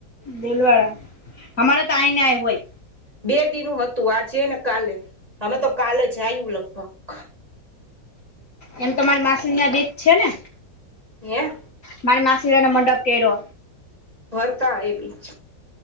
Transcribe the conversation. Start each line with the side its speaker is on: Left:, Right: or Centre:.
Left: દેલવાડા, અમારે તો આઈને આઈ હોય.
Right: બે દિનું હતું આજે ને કાલે, અમે તો કાલે જાયૂ લગભગ
Left: એમ તો મારી માસીને યા બીચ છે ને?
Right: એેં
Left: મારી મસીરાનો મંડપ કેઈરો
Right: વરતા એ બીચ